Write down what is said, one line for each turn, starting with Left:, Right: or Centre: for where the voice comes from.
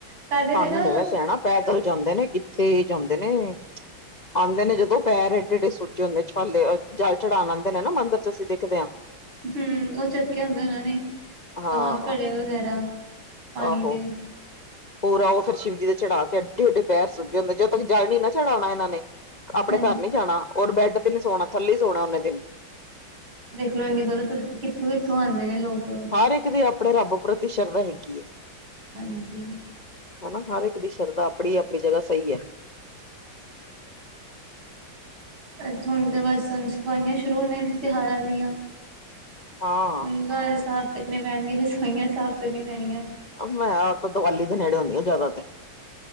Right: ਸਾਡੇ
Left: ਕੰਮ
Right: ਤੇ ਨਾ
Left: ਨੇ ਵੈਸੇ ਪੈਦਲ ਜਾਂਦੇ ਨੇ ਕਿੱਥੇ ਜਾਂਦੇ ਨੇ। ਆਦੇ ਨੇ ਜਦੋਂ ਪੈਰ ਐਡੇ-ਐਡੇ ਸੂਜੇ ਹੁੰਦੇ ਨੇ ਛਾਲੇ ਜ਼ਲ ਚੜ੍ਹਾਉਣ ਆਦੇ ਨੇ ਨਾ ਮੰਦਿਰ ਚ੍ਹ ਅਸੀਂ ਦੇਖਦੇ ਆ।
Right: ਹੂੰ ਉਹ ਚੱਕੇ ਹੁੰਦੇ ਉਹ ਨੇ
Left: ਹਾਂ
Right: ਅਹ ਘੜ੍ਹੇ ਵਗੈਰਾ ਪਾਣੀ
Left: ਆਹੋ
Right: ਦੇ।
Left: ਪੂਰਾ ਉਹ ਫਿਰ ਸ਼ਿਵ ਜੀ ਚੜਾ ਕੇ ਅਡੇ ਅੱਡੇ ਪੈਰ ਸੁੱਜੇ ਹੁੰਦਾ ਨੇ ਜਦੋਂ ਤੱਕ ਜ਼ਲ ਨੀ ਨਾ ਚੜ੍ਹਾਣਾ ਇਹਨਾਂ ਨੇ ਆਪਣੇ
Right: ਹਾਂਜੀ
Left: ਘਰ ਨੀ ਜਾਣਾ ਔਰ ਬੈੱਡ ਤੇ ਨੀ ਸੋਣਾ ਥੱਲੇ ਸੋਣਾ ਉਹਨੇ ਦਿਨ।
Right: ਦੇਖਲੋ ਇੰਨ੍ਹੀ ਦੂਰੋਂ ਤੁਰ ਕੇ ਕਿੱਥੋ-ਕਿੱਥੋ ਆਦੇ ਨੇ ਲੋਕ।
Left: ਹਰ ਇੱਕ ਦੀ ਆਪਣੇ ਰੱਬ ਪ੍ਰਤੀ ਸ਼ਰਧਾ ਹੈਗੀ ਐ।
Right: ਹਾਂਜੀ।
Left: ਹਨਾ ਹਰ ਇੱਕ ਦੀ ਸ਼ਰਧਾ ਆਪਣੀ- ਆਪਣੀ ਜਗ੍ਹਾ ਸਹੀ ਹੈ।
Right: ਇੱਥੋਂ ਹੁਣ ਤੇ ਬਸ ਸਫਾਈਆਂ ਸ਼ੁਰੂ ਨੇ ਤਿਉਹਾਰਾਂ ਦੀਆਂ।
Left: ਹਾਂ
Right: ਹੁਣ ਘਰ ਸਾਫ਼ ਕਰਨੇ ਪੈਣਗੇ ਰਸੋਈਆਂ ਸਾਫ਼ ਕਰਨੀਆਂ ਪੈਣੀਐ।
Left: ਹਾਂ ਆ ਦੀਵਾਲੀ ਦੇ ਨੇੜੇ ਹੁੰਂਦੀਆਾਂ ਜ਼ਿਆਦਾ ਤੇ।